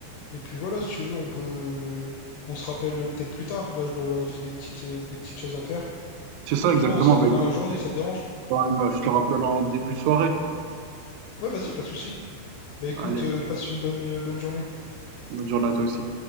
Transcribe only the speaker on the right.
C'est ça
exactement.
Bah écoute,
euh, je te rappelle en début de soirée.
Allez,
bonne journée à toi aussi.